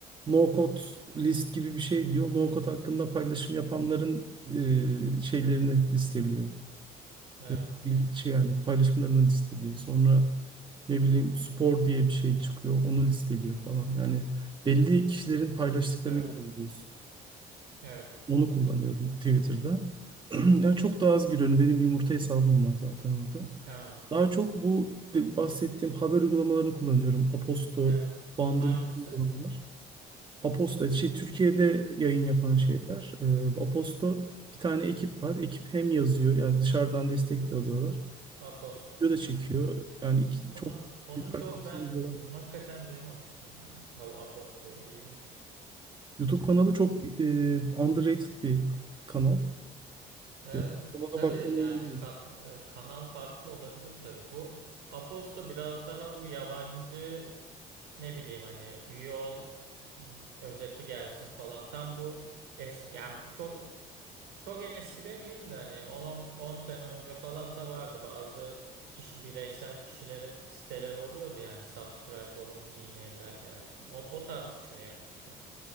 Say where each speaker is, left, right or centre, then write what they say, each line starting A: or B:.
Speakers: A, on the right; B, on the right.
A: no code list gibi bir şey diyor. No code hakkında paylaşım yapanların
B: ha.
A: eee, şeylerini listeliyor.
B: Evet.
A: Eee, bil- şey yani paylaşımlarını listeliyor. Sonra ne bileyim spor diye bir şey çıkıyor. Onu listeliyor falan. Yani belli kişilerin paylaştıklarını
B: Evet.
A: görebiliyorsun.
B: Evet.
A: Onu kullanıyorum Twitter'da. <clears throat> Yani çok daha az giriyorum. Benim bir yumurta hesabım var zaten orada.
B: Ha.
A: Daha çok bu de- bahsettiğim
B: Hı.
A: haber uygulamalarını kullanıyorum. Aposto,
B: Evet.
A: Bundle
B: Hangisi?
A: uygulamalar. Aposto şey Türkiye'de yayın yapan
B: Hı.
A: şeyler. Ee, Aposto bir tane ekip var. Ekip hem yazıyor yani dışarıdan destek de alıyorlar.
B: Aposto.
A: Video da çekiyor.
B: Hı hı.
A: Yani iki-
B: Onu
A: çok
B: onu
A: güzel
B: çok
A: kapsamlı.
B: ben
A: bir alan.
B: hı, hakikaten duymamıştım ya. A- Aposto'yu ilginç.
A: YouTube kanalı çok e, underrated bir kanal.
B: Evet.
A: E, ona
B: Tabii
A: da bakmanı
B: yani
A: öneririm.
B: kan, evet, kanal farklı olabilir tabii. Bu Aposto biraz daha bu yabancı ne bileyim hani üye ol hı, özeti gelsin falan. Tam bu es, yani çok Çok eski demeyeyim de hani 10 on sene önce falan da vardı bazı kişi, bireysel kişilerin siteleri oluyordu yani subscribe olun, e-mailler gelsin. O, o tarz bir şey yapmışlar.